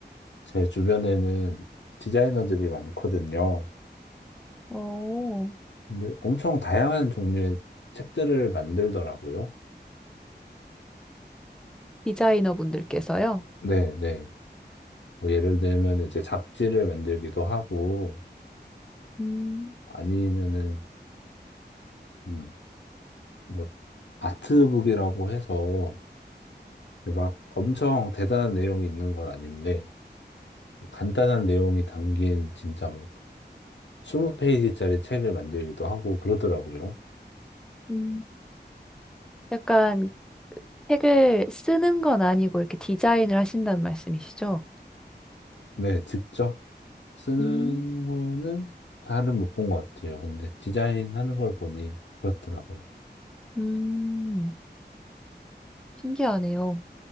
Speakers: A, on the left; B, in the centre.
A: 제 주변에는 디자이너들이 많거든요.
B: 오
A: 근데 엄청 다양한 종류의 책들을 만들더라고요.
B: 디자이너 분들께서요?
A: 네, 네. 뭐 예를 들면 이제 잡지를 만들기도 하고
B: 음,
A: 아니면은 음, 뭐 아트북이라고 해서 막 엄청 대단한 내용이 있는 건 아닌데 뭐 간단한 내용이 담긴 진짜 뭐 20페이지짜리 책을 만들기도 하고 그러더라고요.
B: 음, 약간 책을 쓰는 건 아니고 이렇게 디자인을 하신다는 말씀이시죠?
A: 네, 직접 쓰는
B: 음,
A: 거는 잘은 못 본 것 같아요. 근데 디자인하는 걸 보니 그렇더라고요.
B: 음, 신기하네요.